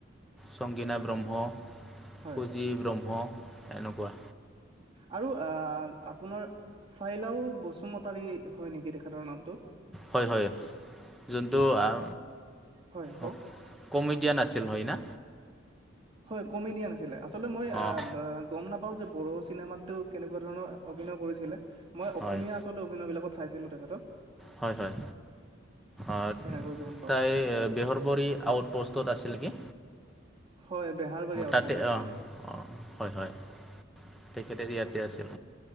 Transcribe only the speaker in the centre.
সংগীনা ব্ৰহ্ম,
ফুজী ব্ৰহ্ম। এনকুৱা।
হয় হয় যোনটো আহ
ওম কমেডিয়ান আছিল হয় না?
অঁ
হয়
হয় হয় অঁ ত
তাই বেহৰবৰী আউট প'ষ্টত আছিল নেকি?
তাতে
অঁ অঁ হয় হয় তেখেতে ইয়াতে আছিল।